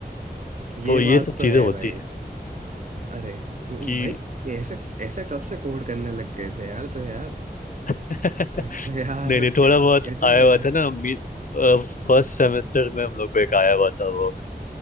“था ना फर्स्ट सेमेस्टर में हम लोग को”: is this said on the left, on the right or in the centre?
Left